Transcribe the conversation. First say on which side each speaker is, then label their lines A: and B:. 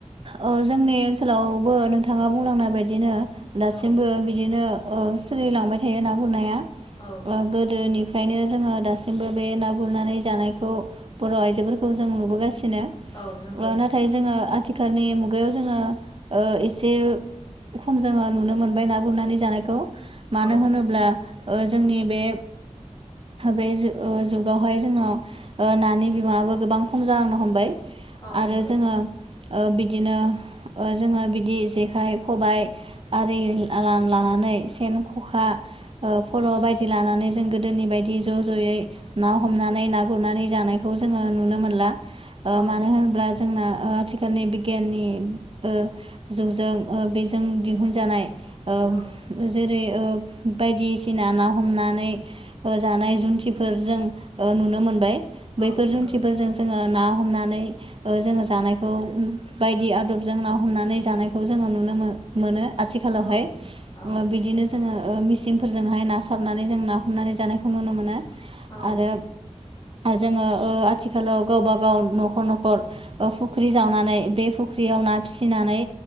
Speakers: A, on the right; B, on the left.
A: औ ओ जोंनि ओनसोलावबो नोंथाङा बुंलांनाय बायदिनो दासिमबो
B: औ
A: बिदिनो ओ सोलिलांबाय थायो ना गुरनाया।
B: औ
A: ओ गोदोनि फ्रायनो जोङो दासिमबो बे ना गुरनानै जानायखौ बर' आइजोफोरखौ जों नुबोगासिनो। ओ
B: औ नंगौ
A: नाथाय जोङो आ थिखालनि मुगायाव जोङो ओ एसे खम जोङो नुनो मोनबाय ना गुरनानै जानाय खौ मानो
B: औ
A: होनोब्ला ओ जोंनि बे बे जुगावहाय जोंनाव नानि बिबाङाबो गोबां खम जालांनो हमबाय।
B: औ
A: आरो
B: नंगौ
A: जोङो ओ बिदिनो ओ जोङो बिदि जेखाइ खबाय आरि ला-ला-लानानै सेन ख'खा ओ फल' बायदि लानानै जों गोदोनि बायदि ज' ज'यै ना हमनानै ना गुरनानै जानायखौ जोङो नुनो मोनला। ओ
B: औ
A: मानो होनब्ला जोंना ओ आथिखालनि बिगियाननि ओ जुगजों ओ बेजों दिहुनजानाय ओ
B: औ
A: जेरै ओ बायदिसिना ना हमनानै जानाय जुन्थिफोर जों नुनो मोनबाय। बैफोर
B: औ नंगौ
A: जुन्थिफोरजों जोङो ना हमनानै ओ जोङो जानायखौ बायदि आदबजों ना हमनानै जानायखौ जोङो नुनो मो-मोनो। आथिखालावहाय
B: औ औ
A: बिदिनो जोङो मिसिंफोरजोंहाय ना सारनानै जों ना हमनानै जानायखौ नुनो मोनो।
B: औ
A: आरो जोङो ओ आथिखालाव गावबा गाव नखर नखर फुख्रि जावनानै बे फुख्रियाव ना फिसिनानै